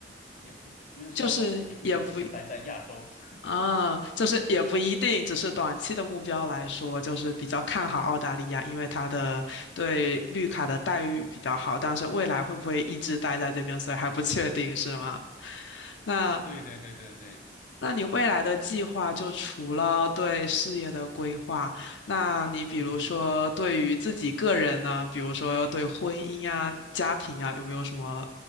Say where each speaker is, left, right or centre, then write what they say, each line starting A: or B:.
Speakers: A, on the left; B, on the left.
A: 也不不是说也不想一直待在亚洲。
B: 就是也不。
A: <laughs>
B: 啊，就是也不一定，只是短期的目标来说，就是比较看好澳大利亚，因为它的对绿卡的待遇比较好，但是未来会不会一直待在这边，所以还不确定，是吗？那
A: 对对对对对，
B: 那你未来的计划，就除了对事业的规划，那你比如说对于自己个人呢，
A: 嗯
B: 比如说对婚姻呀、家庭呀，有没有什么